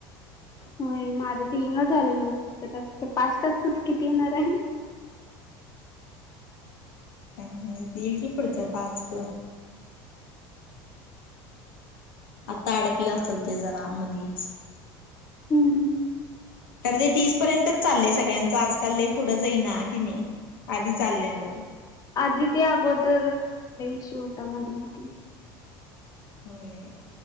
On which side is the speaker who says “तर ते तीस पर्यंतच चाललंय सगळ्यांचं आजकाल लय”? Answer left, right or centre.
Left